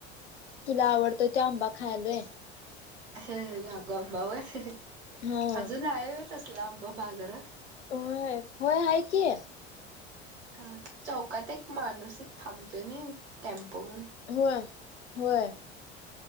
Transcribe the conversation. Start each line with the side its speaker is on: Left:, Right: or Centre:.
Left: तुला आवडतोय ते आंबा खायालोय.
Right: हे राघू आंबा व्हय,
Left: हम्म
Right: अजून हाये व्हय आसला आंबा बाजारात.
Left: होय, होय हाय की.
Right: हा चौकात एक माणूस एक थांबतोय नी टेम्पो घेऊन
Left: होय होय.